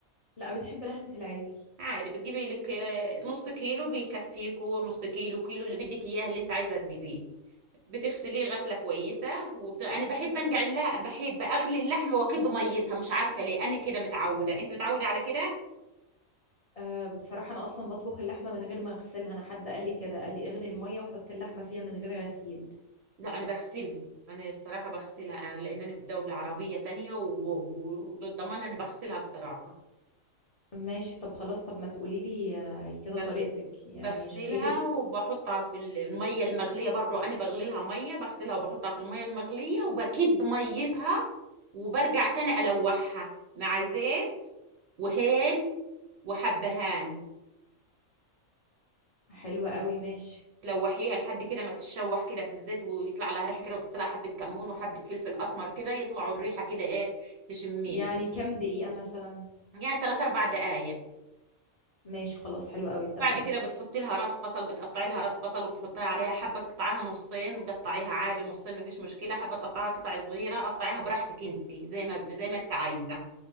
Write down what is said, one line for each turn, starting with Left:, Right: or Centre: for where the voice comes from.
Left: لا بنحب لحمة العجل
Right: عادي بتجيبي لك آه، نص كيلو بيكفيكوا نص كيلو كيلو اللي بدك إياه اللي أنت عايزة تجيبيه بتغسليه غسلة كويسة وبت... أنا بحب أنقع اللح... بحب أغلي اللحمة وأكب ميتها مش عارفة ليه أنا كده متعودة أنت متعودة على كده
Left: أه بصراحة أنا أصلا بطبخ اللحمة من غير ما أغسلها أنا حد قال لي كده قال لي اغلي المية وحط اللحمة فيها من غير غسيل
Right: لا انا بغسلها انا الصراحه بغسلها أنا- لان انا في دوله عربيه تانية و- و- وللضمان انا بغسلها الصراحه
Left: ماشي طب خلاص طب ما تقولي لي آه، كده
Right: بغس...
Left: طريقتك يعني
Right: بغسلها
Left: شوفي لي
Right: وبحطها في الميه المغليه برضو انا بغلي لها ميه بغسلها وبحطها في الميه المغليه وبكب ميتها وبرجع تاني الوحها مع زيت وهيل وحبهان
Left: حلوة قوي ماشي
Right: تلوحيها لحد كده ما تتشوح كده في الزيت ويطلع لها ريحه كده وتحط لها حبه كمون وحبه فلفل اسمر كده يطلعوا الريحه كده ايه تشميها
Left: يعني كام دقيقة مثلا
Right: يعني 3 4 دقائق
Left: ماشي خلاص حلوة قوي اتفقنا
Right: بعد كده بتحطي لها راس بصل بتقطعي لها راس بصل وبتحطها عليها حبه تقطعيها نصين قطعيها عادي نصين مفيش مشكله حبه تقطعيها قطع صغيره قطعيها براحتك انت زي ما زي ما انت عايزه